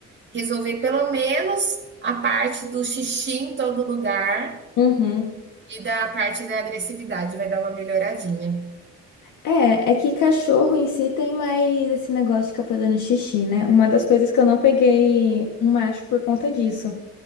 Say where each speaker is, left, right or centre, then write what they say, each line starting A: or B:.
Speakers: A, on the right (about 40°); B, on the left (about 80°).
A: resolver pelo menos a parte do xixi em todo lugar
B: Uhum.
A: e da parte da agressividade, vai dar uma melhoradinha.
B: É, é que cachorro em si tem mais esse negócio de ficar fazendo xixi, né? Uma das coisas que eu não peguei um macho por conta disso.